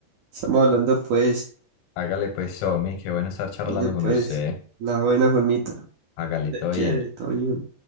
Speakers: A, on the right; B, on the left.
A: estamos hablando pues,
B: Hágale pues, zombie, qué bueno estar charlando
A: oye, pues,
B: con usted.
A: la buena Juanmita,
B: Hágale,
A: te
B: todo
A: quiere,
B: bien.
A: todo bien.